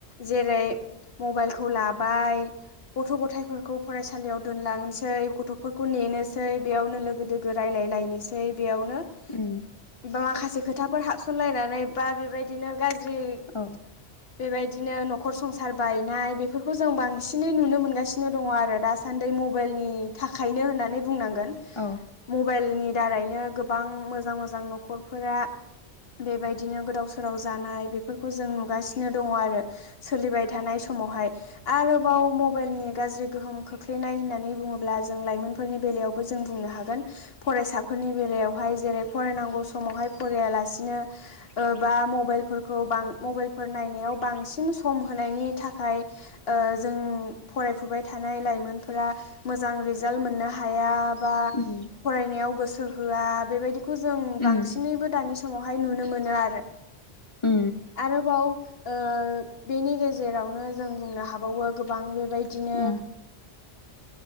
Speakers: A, on the left; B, on the left.
A: जेरै मबाइलखौ लाबाय गथ' गथायफोरखौ फरायसालियाव दोनलांनोसै गथ' खौ नेनोसै बेयावनो लोगो दोगो रायलाय लायनोसै बेयावनो
B: उम
A: बा माखासे खोथाफोर हाबसनलायनानै बा बेबायदिनो गाज्रि
B: औ
A: बेबायदिनो नखर संसार बायनाय बेफोरखौ जों बांसिनै नुनो मोनगासिनो दङ आरो दासान्दि मबाइलनि थाखायनो होननानै बुंनांगोन
B: औ
A: मबाइलनि दारैनो गोबां मोजां मोजां नखरफोरा बेबायदिनो गोदाव सो राव जानाय बेफोरखौ जों नुगासिनो दङ आरो सोलिबाय थानाय समावहाय आरोबाव मबेलनि गाज्रि गोहोम खोख्लैनाय होननानै बुङोब्ला जों लाइमोनफोरनि बेलायावबो जों बुंनो हागोन फरायसा फोरनि बेलायावहाय जेरै फरायनांगौ समावहाय फरायलासिनो बा मबाइलफोर खौ बां मबाइलफोर नायनायाव बांसिन सम होनायनि थाखाय जों फरायफुबाय थानाय लाइमोनफोरा मोजां रिजाल्ट मोननो हाया बा
B: उम
A: फरायनायाव गोसो होआ बेबायदिखौ जों बांसिनैबो
B: उम
A: दानि समावहाय नुनो मोनो आरो
B: उम
A: आरोबाव ओ बेनि गेजेरावनो जों बुंनो हाबावो गोबां बेबायदिनो
B: उम